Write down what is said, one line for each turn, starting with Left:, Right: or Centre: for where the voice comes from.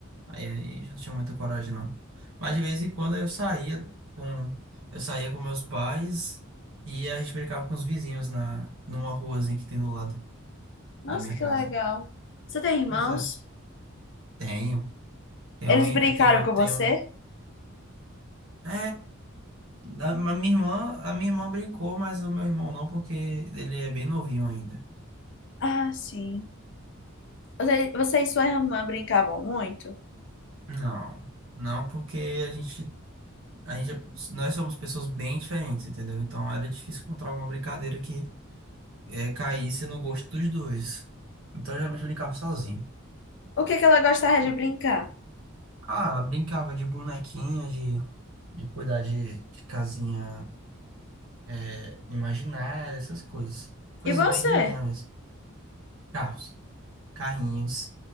Right: Aí, aí já não tinha muita coragem, não. Mas de vez em quando eu saía com, eu saía com meus pais e a gente brincava com os vizinhos na, numa ruazinha que tem do lado
Left: Nossa,
Right: da minha casa.
Left: que legal. Você tem irmãos?
Right: Pois é. Tenho. Tenho,
Left: Eles
Right: em-
Left: brincaram
Right: eu tenho, eu
Left: com
Right: tenho.
Left: você?
Right: É, a, a minha irmã, a minha irmã brincou, mas o meu irmão não, porque ele é bem novinho ainda.
Left: Ah, sim. Você, você e sua irmã brincavam muito?
Right: Não. Não, porque a gente, a gente, é- nós somos pessoas bem diferentes, entendeu? Então era difícil encontrar alguma brincadeira que é, caísse no gosto dos dois. Então, eu geralmente brincava sozinho.
Left: O que que ela gostava de brincar?
Right: Ah, ela brincava de bonequinha, de, de cuidar de, de casinha é, imaginária, essas coisas. Coisas
Left: E você?
Right: bem de menina mesmo. Carros, carrinhos,